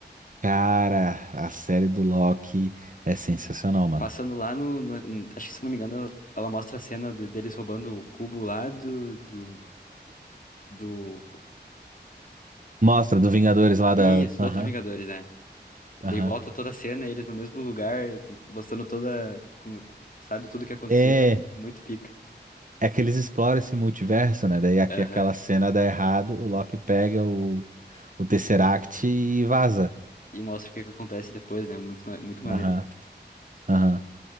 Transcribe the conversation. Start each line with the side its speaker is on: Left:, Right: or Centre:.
Right: Cara, a série do Loki é sensacional, mano.
Left: Passando lá no... no- n- Acho que, se eu não me engano, ela, ela mostra a cena de- deles roubando o cubo lá do... Do... do...
Right: Mostra do Vingadores lá
Left: Isso,
Right: da.
Left: do
Right: Aham,
Left: outro Vingadores, né?
Right: aham.
Left: Daí volta toda a cena, eles no mesmo lugar, mostrando toda... como- Sabe, tudo que aconteceu
Right: É,
Left: ali. Muito pica.
Right: é que eles exploram esse multiverso, né? Daí aqui
Left: Aham.
Right: aquela cena dá errado, o Loki pega o, o Tesseract e vaza.
Left: E mostra o que que acontece depois, né? Muito, muito maneiro.
Right: Aham, aham.